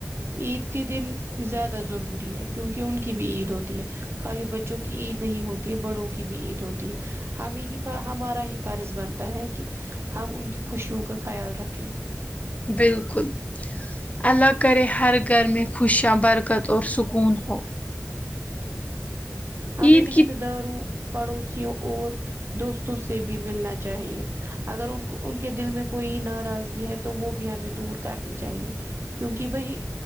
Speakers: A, on the right; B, on the left.
A: عید کے دن زیادہ ضروری ہے کیونکہ ان کی بھی عید ہوتی ہے خالی بچوں کی عید نہیں ہوتی ہے بڑوں کی بھی عید ہوتی ہے ہمیں ہی ہمارا ہی فرض بنتا ہے کہ ہم ان کی خوشیوں کا خیال رکھیں
B: بالکل اللہ کرے ہر گھر میں خوشیا برکت اور سکون ہو
A: ہمیں
B: عید
A: رشتے
B: کی
A: داروں پڑوسیوں اور دوستوں سے بھی ملنا چاہیے اگر ان کو ان کے دل میں کوئی ناراضگی ہے تو وہ بھی ہمیں دور کرنی چاہیے کیونکہ وہی